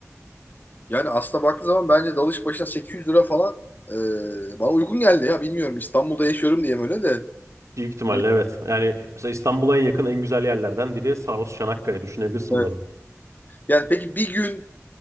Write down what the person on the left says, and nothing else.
Yani aslında baktığı zaman bence dalış başına 800 lira falan e, bana uygun geldi ya. Bilmiyorum İstanbul'da yaşıyorum diye mi öyle de.
Hani,
Evet.
yani peki bir gün